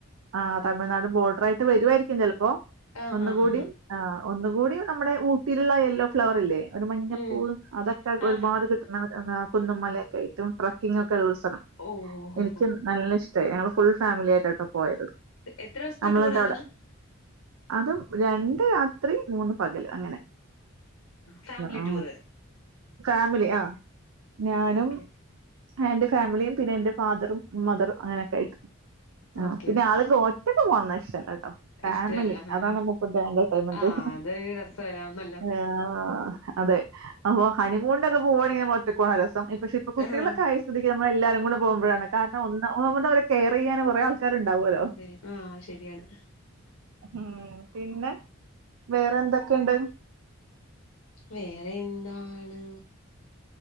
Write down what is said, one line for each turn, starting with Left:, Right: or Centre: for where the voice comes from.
Right: ആഹ് തമിഴ്നാട് ബോർഡറായിട്ട് വരുവായിരിക്കും ചിലപ്പോ
Left: ആ
Right: ഒന്നുകൂടിയും
Left: ഹാ ഹാ ഹാ
Right: ആ ഒന്ന് കൂടി നമ്മുടെ തിരുള യെല്ലോ ഫ്ലവർ ഇല്ലേ ഒരു മഞ്ഞപ്പൂവ്
Left: ഉം
Right: അതൊക്കെ
Left: ആ
Right: ഒരുപാട്
Left: ഹാ
Right: കിട്ടുന്നവ ആ ഹാ കുന്നുമല ഒക്കൊയിട്ടും ട്രക്കിങ് ഒക്കെ കലോത്സവം
Left: ഓ ഓ ഓ
Right: എനിക്ക്
Left: ഓ
Right: നല്ലഇഷ് ഞങ്ങള് ഫുൾ ഫാമിലി ആയിട്ടാട്ടോ പോയത്
Left: എത്ര ദിവസത്തെ
Right: നമ്മളിവിടെ
Left: ടൂറായിരുന്നു
Right: അതും രണ്ട് രാ രാത്രി മൂന്ന് പകൽ അങ്ങനെ അങ്ങനെ
Left: ഫാമിലി
Right: ആ
Left: ടൂറ്
Right: ഫാമിലി ആ ഞാനും
Left: ഓക്കെ
Right: എന്റെ ഫാമിലിയും പിന്നെ എന്റെ ഫാദറും മദറും അങ്ങനെയൊക്കെ ആയിട്ട് ആ
Left: ഓക്കെ
Right: പിന്നെ
Left: ഓക്കെ
Right: ആൾക്ക്
Left: ഓക്കെ
Right: ഒറ്റക്ക് പോന്ന ഇഷ്ട്ടല്ല ഫാമിലി
Left: ഇഷ്ടല്ല ആ
Right: അതാണ് മൂപ്പര്ടെ എന്റർടെയ്മെന്റ്
Left: ആ അതൊരു രസല്ലാന്നല്ലോ
Right: ആ അതെ അപ്പൊ ഹണിമൂണി ഒക്കെ പോകുവാണെങ്കിൽ ഒറ്റപോണ രസം പക്ഷെ ഇപ്പൊ കുട്ടികളുടെ
Left: ആ
Right: കാര്യസ്ഥിതിക്ക് നമ്മൾ എല്ലാരും കൂടെ പോകുമ്പോഴാണ് കാരണം ഒന്ന് ഒന്നത് അവരെ കെയർ ചെയ്യാന കുറെേ ആൾക്കാരുണ്ടാവുമല്ലോ
Left: പിന്നെ ആ ശരിയാണ്
Right: ഉം പിന്നെ വേറെ എന്തൊക്കെയുണ്ട്
Left: വേറെ എന്താണ്